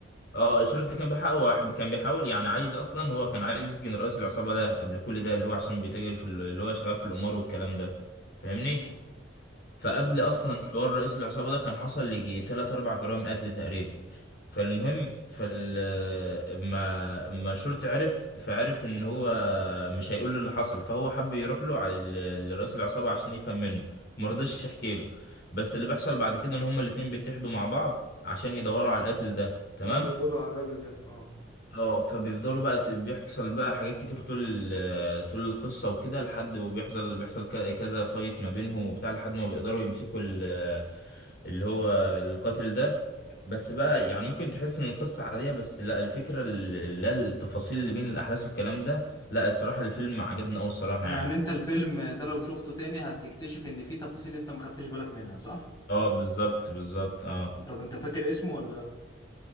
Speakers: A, on the left; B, on the left.
A: اه الشريط اللي كان بيحاول هو حب- كان بيحاول يعني عايز اصلا هو كان عايز يسجن رئيس العصابه ده قبل كل ده اللي هو عشان بيتاجر في ال- اللي هو شغال في القمار والكلام ده فاهمني
B: امم
A: فقبل
B: فاهمك
A: اصلا
B: اه
A: حوار رئيس العصابه ده كان حصل ليجي تلات اربع جرائم قتل تقريبا فالمهم فال اما اما الشرطي عرف فعرف ان هو مش هيقول له اللي حصل فهو حب يروح له على ال- لرئيس العصابه عشان يفهم منه مرضيش يحكي له بس اللي بيحصل بعد كده ان هما الاتنين بيتحدوا مع بعض عشان يدوروا على القاتل ده تمام
B: يعني يقبضوا على الراجل ده اه
A: اه فبيفضلوا بقى ت- بيحصل بقى حاجات كتير طول ال- طول القصة وكده لحد وبيحصل بيحصل ك- كذا فايت ما بينهم وبتاع لحد ما بيقدروا يمسكوا ال- اللي هو القاتل ده بس بقى يعني ممكن تحس ان القصة عادية بس لا الفكرة ال- لا التفاصيل اللي بين الأحداث والكلام ده لا الصراحة الفيلم عجبني أوي الصراحة
B: يعني
A: يعني
B: انت الفيلم ده لو شفته تاني هتكتشف ان فيه تفاصيل انت ما خدتش بالك منها صح
A: اه بالظبط بالظبط اه
B: طب انت فاكر اسمه ولا لا